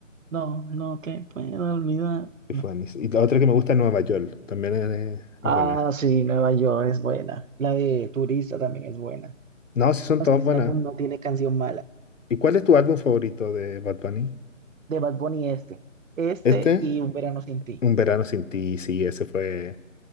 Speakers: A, on the right; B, on the left.
A: no, no, que puedo olvidar.
B: Es
A: No.
B: buena. Y la otra que me gusta es Nueva York, también es,
A: Ah,
B: es buena.
A: sí, Nueva York es buena. La de Turista también es buena.
B: No, sí son
A: No,
B: todas
A: es que ese
B: buenas.
A: álbum no tiene canción mala.
B: ¿Y cuál es tu álbum favorito de Bad Bunny?
A: De Bad Bunny este. Este
B: Este,
A: y Un Verano Sin Ti.
B: Un verano sin ti, sí, ese fue